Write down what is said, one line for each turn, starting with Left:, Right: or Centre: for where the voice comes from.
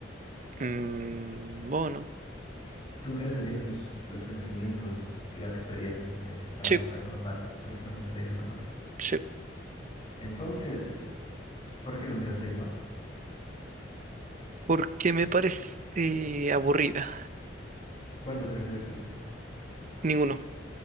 Right: Mm, bueno,
Left: ¿Tú crees que tienes los, los conocimientos y la experiencia de, para
Right: sí.
Left: saber valorar lo que es una buena serie y lo que no?
Right: sí.
Left: Entonces, ¿por qué no miras Breaking Bad?
Right: porque me parece aburrida.
Left: ¿Cuántos episodios te viste?
Right: Ninguno.